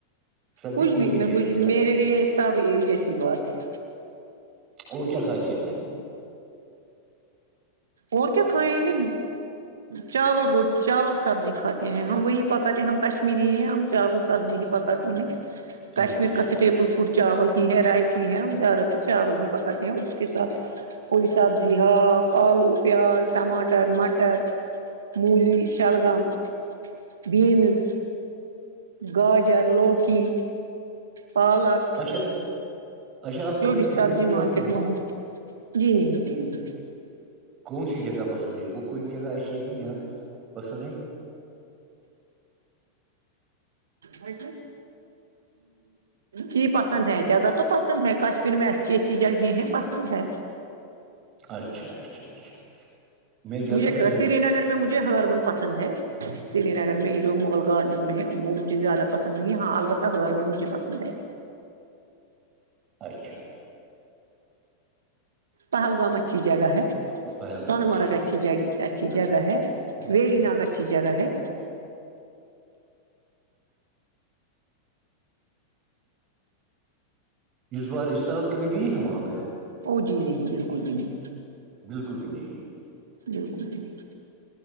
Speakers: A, on the right; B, on the right.
A: سبزی
B: کچھ
A: کون
B: بھی
A: سی
B: میںج
A: ہے اچھی لگتی
B: میرے
A: ہے
B: لیے ساب جیسی بات ہے
A: اور کیا کھاتی ہیں کھانے میں
B: اور کیا کھائیں گے چاول رو چاول سبزی کھاتے ہیں ہم وہی پکاتے ہیں ہم کش کشمیری ہے ہم چاول سبزی ہی پکاتے ہیں کشمیر
A: اچھا
B: کا سٹیپل فوڈ چاول ہی ہے رائس ہی ہے ہم زیادہ تر چاول ہی پکاتے ہیں اس کے ساتھ کوئی سبزی ہااک آلو پیاز ماٹر مٹر مولی شلگام بینز گاجر لوکی پالک
A: اچھا اچھا آپ
B: جو
A: کبھی
B: بھی
A: پکنک
B: سبزی
A: میں جاتی
B: مارکیٹ
A: ہو
B: میں جی نہیں جی نہیں
A: کون سی جگہ پسند ہے وہ کوئی جگہ ایسی ہے جہاں پسند ہے
B: ہ جی پسند ہے جگہ تو پسند ہے کشمیر میں اچھی اچھی جگہیں ہیں پسند ہے
A: اچھا اچھا اچھا اچھا میں جاتا
B: مجھے
A: ہوں
B: کہا
A: زیادہ
B: سری نگر میں مجھے ہرمن پسند ہے سری نگر میں جو مغل گارڈن میں ہے وہ مجھے زیادہ پسند نہیں ہےاں البتہ ہربول مجھے پسند ہے
A: اچھا
B: پہلگامسچ جگہ ہے
A: پہلگام
B: سون
A: اچھی
B: مرگہچ جگہ
A: ہے
B: ا
A: جا-
B: جگہ ہے ویری ناگ اچھی جگہ ہے
A: اس بار اس سال کبھی گئی ہے وہاں پہ آپ
B: ا جی نہیں بالکل جی نہیں
A: بالکل بھی نہیں ہے
B: بالکل جیکل